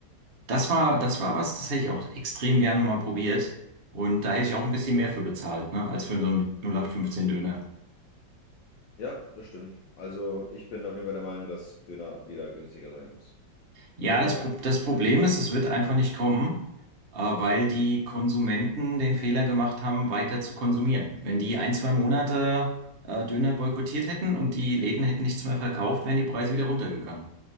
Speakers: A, on the right (about 50°); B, on the left (about 75°).
A: Das war, das war was, das hätte ich auch extrem gerne mal probiert. Und da hätte ich auch ein bisschen mehr für bezahlt, ne? Als für so einen 0815 Döner.
B: Ja, das stimmt. Also ich bin auf jeden Fall der Meinung, dass Döner wieder günstiger sein muss.
A: Ja,
B: Merkel
A: das,
B: macht.
A: Pro das Problem ist, es wird einfach nicht kommen, äh, weil die Konsumenten den Fehler gemacht haben, weiter zu konsumieren. Wenn die ein, zwei Monate äh, Döner boykottiert hätten und die Läden hätten nichts mehr verkauft, wären die Preise wieder runtergegangen.